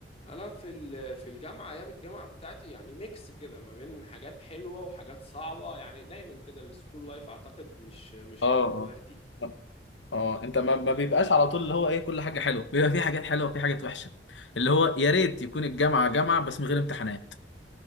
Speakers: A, on the left (about 35°); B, on the left (about 85°).
A: انا في ال- في الجامعه ايام الجامعه بتاعتي يعني ميكس كده ما بين حاجات حلوه وحاجات صعبه يعني دايما كده السكول لايف اعتقد مش مش
B: اه
A: كله وردي
B: اه اه انت ما, ما بيبقاش على طول اللي هو ايه كل حاجه حلوه بيبقى في حاجات حلوه وفي حاجات وحشه اللي هو يا ريت يكون الجامعه جامعه بس من غير امتحانات